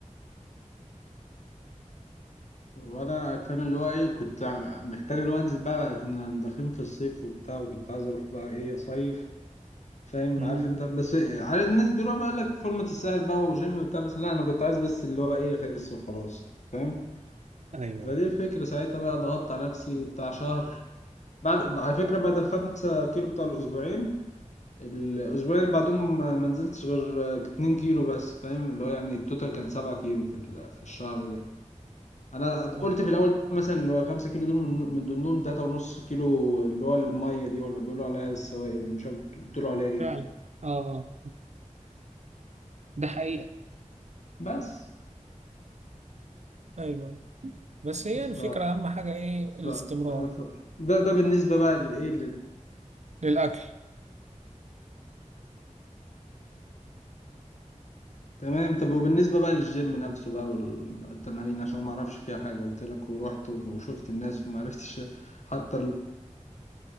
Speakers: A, on the left; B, on the right.
A: وانا فاهم اللي هو ايه كنت عم- محتاج اللي هو انزل بقى, بقى كنا داخلين في الصيف وبتاع وكنت عايز اروح بقى ايه اصيف فاهم
B: مم.
A: عارف انت بس عارف الناس بيروح بقى لك فورمة الساحل بقى وجيم وبتاع بس لا انا كنت عايز بس اللي هو ايه اخس وخلاص فاهم
B: ايوه
A: فدي الفكرة ساعتها بقى ضغطت على نفسي بتاع شهر بعد على فكرة بعد الخمسة كيلو بتاع الأسبوعين الأسبوعين اللي بعدهم ما منزلتش غير اتنين كيلو بس فاهم اللي هو يعني التوتال كان سبعة كيلو في ال- في الشهر ده أنا قلت
B: أيوة.
A: في الأول مثلا اللي هو خمسة كيلو دول من من ضمنهم تلاتة ونص كيلو اللي هو المية دي ولا بيقولوا عليها السوائل دي مش عارف بيقولوا عليها إيه
B: فعلا اه آه. ده حقيقة
A: بس
B: أيوه بس هي
A: ف...
B: الفكرة أهم حاجة إيه الاستمرار
A: ف... ف... ده ده بالنسبة بقى لإيه
B: للأكل
A: تمام طب وبالنسبة بقى للجيم نفسه بقى والتمارين عشان ما اعرفش فيها حاجة قلت لك ورحت وشفت الناس وما عرفتش <laughs> حتى ال...